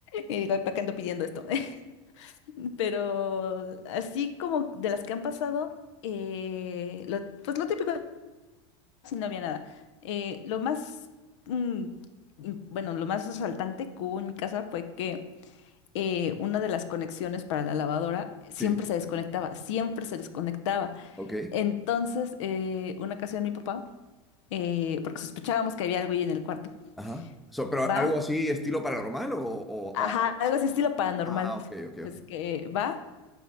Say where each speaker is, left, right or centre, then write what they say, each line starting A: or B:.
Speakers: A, on the left (about 75°); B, in the centre.
A: Y digo, ¿para qué ando pidiendo esto? <laughs> Pero así como de las que han pasado, eh, lo- pues lo típico, si no había nada. Eh, lo más, mm, in- bueno, lo más resaltante que hubo en mi casa fue que eh, una de las conexiones para la lavadora siempre
B: Sí,
A: se desconectaba, siempre se desconectaba.
B: ok.
A: Entonces, eh, una ocasión mi papá, eh, porque sospechábamos que había algo ahí en el cuarto,
B: Ajá. So, pero
A: va,
B: algo así, estilo paranormal o, o-
A: ajá,
B: o algo-
A: algo
B: algo-
A: así estilo paranormal,
B: Ah, ok, ok,
A: pues
B: ok.
A: que va.